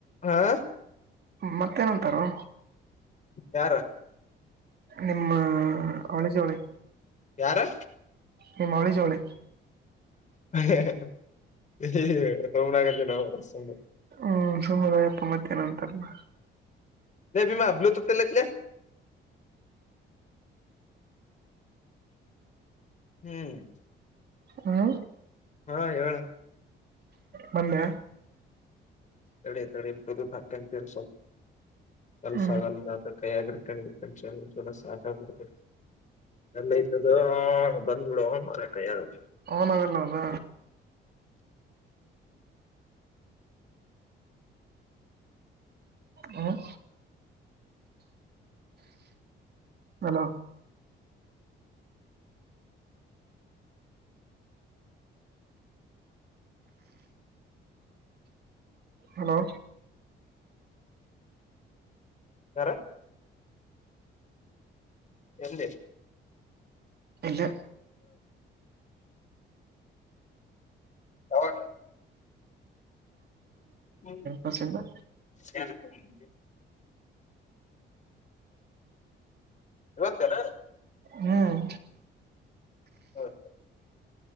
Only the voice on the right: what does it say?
ಮತ್ತೇನ್ ಅಂತಾರೊ
ನಿಮ್ಮ ಅವಳಿ ಜವಳಿ
ನಿಮ್ಮ್ ಅವಳಿ ಜವಳಿ
ಹ್ಮ್ ಸುಮರಯ್ಯ ಪುಮತಿನ ಮಧ್ಯಾಹ್ನ ಅಂತಾರ ಅಲ್ಲ
ಹ್ಮ
ಮನ್ನೆ
ಹ್ಮ್
ಹನ್ದಲ್ಲ ಅಲ್ಲ ಹ್ಮ್ ಹಲೋ ಹಲೋ
ಇಲ್ಲಿ
ವಸಿಂದು
ಹ್ಮ್